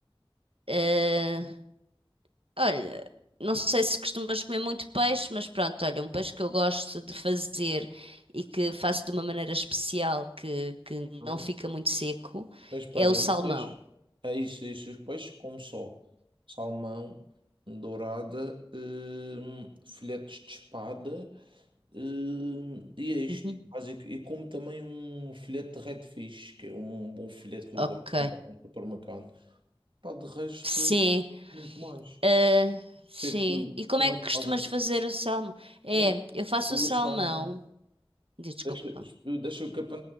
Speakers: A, on the right; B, on the right.
A: ah, Olha, não sei se costumas comer muito peixe, mas pronto, olha, um peixe que eu gosto de fazer e que faço de uma maneira especial que, que
B: Ok.
A: não fica muito seco
B: Mas espera,
A: é o salmão.
B: os peixes, é isso, é isso. Os peixes como só salmão, dourada, hum, filetes de espada, hum, e é isto,
A: Uhum.
B: básico. E como também um filete de redfish, que é um bom filete que eu
A: Ok.
B: gosto de comprar no supermercado. Pá, de resto,
A: Sim,
B: muito mais.
A: ah, sim.
B: que é que,
A: E como
B: como
A: é
B: é
A: que
B: que
A: costumas
B: faz o
A: fazer o salmão? É,
B: formateio?
A: eu faço
B: Eu
A: o salmão.
B: o salmão.
A: de- Desculpa.
B: Deixa, deixa o capa,